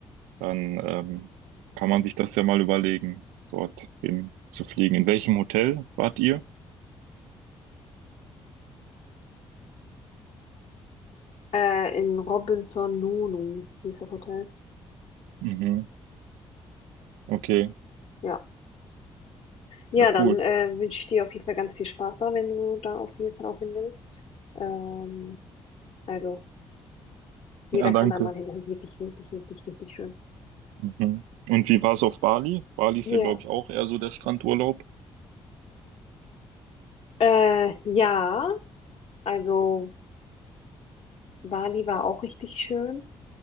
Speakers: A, on the right; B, on the left.
A: dann ähm, kann man sich das ja mal überlegen, dort hin zu fliegen. In welchem Hotel wart ihr?
B: Äh, in Robinson Nonu hieß das Hotel.
A: Mhm. Okay,
B: Ja. Ja,
A: ja cool.
B: dann äh, wünsche ich dir auf jeden Fall ganz viel Spaß da, wenn du da auf jeden Fall auch hin willst. Ähm, also, jeder
A: Ja, danke.
B: kann da mal hin. Das ist wirklich, wirklich, wirklich, richtig schön.
A: Mhm. Und wie war es auf Bali? Bali ist
B: Ja.
A: ja, glaube ich, auch eher so der Strandurlaub.
B: Äh, ja, also Bali war auch richtig schön.